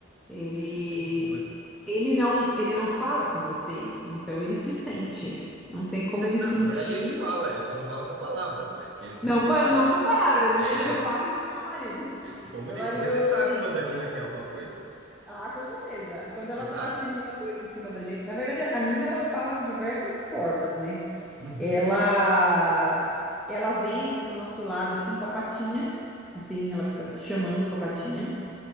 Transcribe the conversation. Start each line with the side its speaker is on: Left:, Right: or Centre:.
Centre: Ele
Right: Sim, sim. sim. E bo-
Centre: ele não ele não fala com você, então ele te sente. Não tem como
Right: é,
Centre: ele
Right: Não,
Centre: sentir,
Right: na verdade ele fala, ele só não fala com palavras, mas que eles se
Centre: não
Right: comunicam.
Centre: pa- não com palavras, né?
Right: É,
Centre: Eu falo isso pro meu marido.
Right: eles se comunicam.
Centre: Meu marido
Right: Você sabe
Centre: vem,
Right: quando a Nina quer alguma coisa.
Centre: ah, com certeza. Quando
Right: Você
Centre: ela
Right: sabe.
Centre: tá latindo com uma doida em cima da gente, na verdade a Nina ela fala de diversas formas, né?
Right: Uhum.
Centre: Ela ela vem pro nosso lado assim com a patinha, assim, ela fica chamando com a patinha.